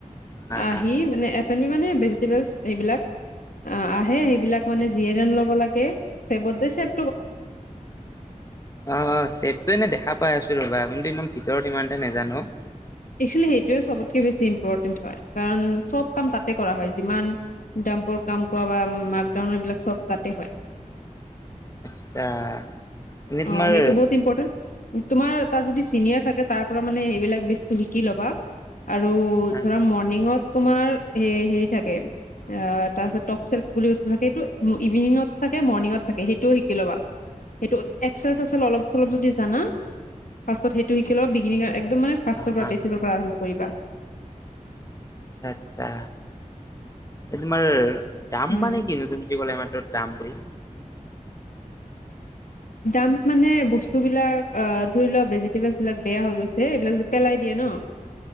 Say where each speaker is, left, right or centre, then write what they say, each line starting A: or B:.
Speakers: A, on the left; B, on the left.
A: হা
B: আহি
A: হা
B: মানে এফ আমি মানে ভেজিটেবল এইবিলাক অ', আহে সেইবিলাক মানে জিয়ন ল'ব লাগে চেপত যে চেপ
A: অ', চেপটটো এনেই দেখা পাই আছোঁ ৰ'বা কিন্তু ইমান ভিতৰত ইমানতে নাজানোঁ।
B: একচলি সেইটোৱে চবতকে বেছি ইম্পৰ্টেণ্ট হয়, কাৰণ চব কাম তাতে কৰা হয় যিমান পাম্প কাম কৰা বা মাকডাউন এইবিলাক চব তাতে হয়।
A: আচ্ছা। এনে
B: অ',
A: তোমাৰ
B: সেইটো বহুত ইম্পৰ্টেণ্ট। তোমাৰ তাত যদি চিনিয়ৰ থাকে তাৰ পৰা মানে সেইবিলাক বেস্তু শিকি ল'বা। আৰু
A: হা
B: ধৰা মৰ্ণিঙত তোমাৰ হেৰি থাকে। আহ তাৰপিছত টপ চেল্ফ বুলি বস্তু থাকে, সেইটো ইভিনিঙত থাকে মৰ্ণিঙত থাকে, সেইটোয়ও শিকি ল'বা। সেইটো এক্সেল চেক্সেল অলপ চলপ যদি জানা ফাৰ্ষ্ট সেইটো শিকি ল'বা বিগিনিঙত একদম মানে ফাৰ্ষ্টৰ
A: হা
B: পৰা
A: হা
B: বেচিকৰ পৰা আৰম্ভ কৰিবা।
A: আচ্ছা, এই তোমাৰ দাম
B: উম
A: মানে কিনো তুমি যি কলা এ দামলৈ
B: দাম মানে বস্তুবিলাক অ', ধৰি লোৱা ভেজিটেবলছ বিলাক বেয়া হৈ গৈছে, এইবিলাক যে পেলাই দিয়ে ন।